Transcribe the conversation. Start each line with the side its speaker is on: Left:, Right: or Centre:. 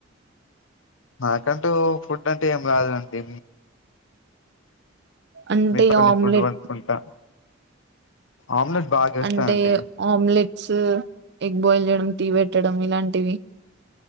Left: నాకంటూ ఫుడ్ అంటే ఏమి రాదండి
Right: అంటే
Left: మీకు కొన్ని
Right: ఆమ్లెట్
Left: ఫుడ్ వండుకుంటా ఆమ్లెట్ బాగా వేస్తానండి
Right: అంటే ఆమ్లెట్స్ ఎగ్ బాయిల్ చేయడం టి వెట్ పెట్టడం ఇలాంటివి